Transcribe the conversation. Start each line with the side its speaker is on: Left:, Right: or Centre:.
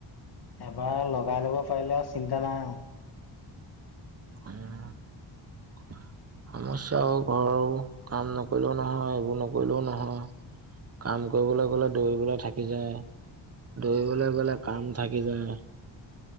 Left: এবাৰ লগাই ল'ব পাৰিলে আৰু চিন্তা নাই আৰু।
Right: উম সমস্যাও। ঘৰৰো কাম নকৰিলেও নহয়, এইবোৰ নকৰিলেও নহয়। কাম কৰিবলৈ গ'লে দৌৰিবলৈ থাকি যায়। দৌৰিবলৈ গ'লে, কাম থাকি যায়।